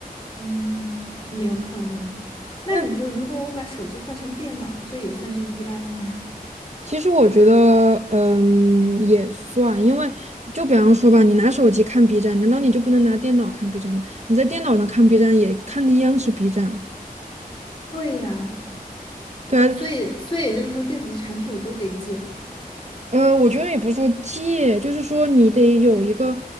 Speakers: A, on the left (about 35°); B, on the right (about 45°).
A: 嗯，也有可能。那你说，
B: 那。
A: 如果我把手机换成电脑，这也算是依赖吗？
B: 其实我觉得，嗯，也算，因为就比方说吧，你拿手机看 B 站，难道你就不能拿电脑看 B 站吗？你在电脑上看 B 站也看的一样是 B 站啊，
A: <laughs> 对呀，
B: 对啊，
A: 所以所以也就是说，电子产品我都得戒。
B: 呃，我觉得也不是说戒，就是说你得有一个，